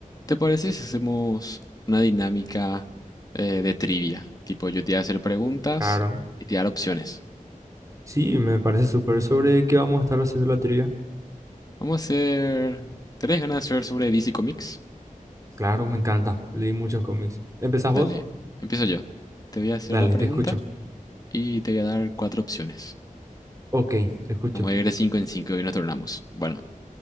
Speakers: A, on the left; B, on the right.
A: ¿Te parece si hacemos una dinámica eh, de trivia? Tipo, yo te voy a hacer preguntas
B: Claro,
A: y te voy a dar opciones.
B: Sí, me parece súper. ¿Sobre qué vamos a estar haciendo la trivia?
A: Vamos a hacer... ¿Tenés ganas de hacer sobre DC Comics?
B: claro, me encanta. Leí muchos cómics. ¿Empezás
A: Dale,
B: vos?
A: empiezo yo. Te voy a hacer
B: Dale,
A: la pregunta
B: te escucho.
A: y te voy a dar cuatro opciones.
B: Ok, te escucho.
A: Vamos a ir de cinco en cinco y nos tornamos. Bueno,